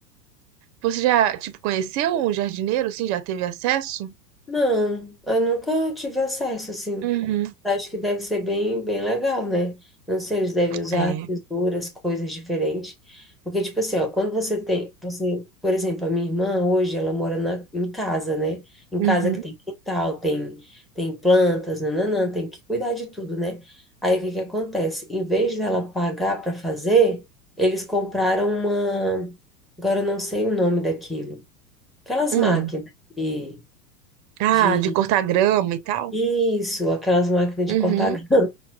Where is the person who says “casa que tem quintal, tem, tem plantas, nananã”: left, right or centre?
Centre